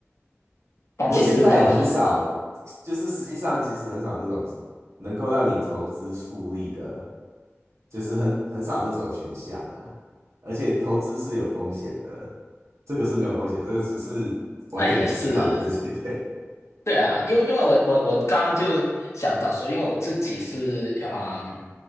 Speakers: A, on the left; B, on the right.
A: 但其实到
B: 不过现在也很少，就是实际上其实很少那种能够让你投资复利的，就是很很少那种选项啦。而且投资是有风险的，这个是没有风险，这个只是完全只是靠你自己对。
A: 那也是。对啊，因为因为我我我刚刚就想到说，因为我自己是啊、嗯